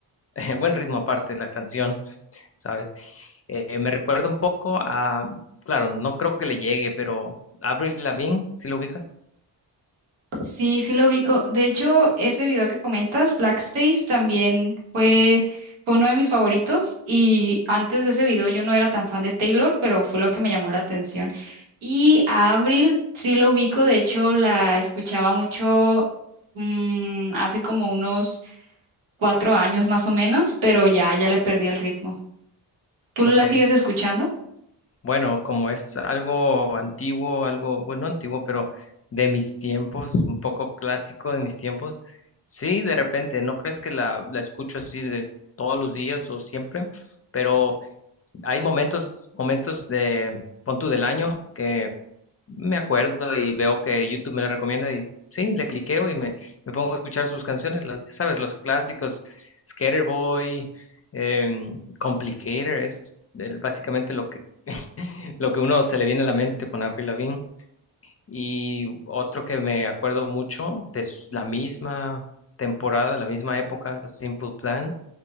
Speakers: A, on the left; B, on the right.
A: <laughs> buen ritmo aparte la canción, ¿sabes? Eh, me recuerda un poco a, claro, no creo que le llegue, pero Avril Lavigne, ¿sí lo ubicas?
B: Sí, sí lo ubico. De hecho, ese video que comentas, Blackspace, también fue, fue uno de mis favoritos. Y antes de ese video yo no era tan fan de Taylor, pero fue lo que me llamó la atención. Y a Avril sí lo ubico. De hecho, la escuchaba mucho mm, hace como unos cuatro años más o menos, pero ya, ya le perdí el ritmo. ¿Tú
A: Ok,
B: la sigues escuchando?
A: bueno, como es algo antiguo, algo, bueno, no antiguo, pero de mis tiempos, un poco clásico de mis tiempos, sí, de repente, no crees que la, la escucho así de todos los días o siempre, pero hay momentos, momentos de, pon tú del año que me acuerdo y veo que YouTube me la recomienda y sí, le cliqueo y me, me pongo a escuchar sus canciones, las, ya sabes, los clásicos, Skaterboy, em, Complicator, es el- básicamente lo que, <laughs> lo que uno se le viene a la mente con Avril Lavigne. Y otro que me acuerdo mucho de s- la misma temporada, la misma época, Simple Plan,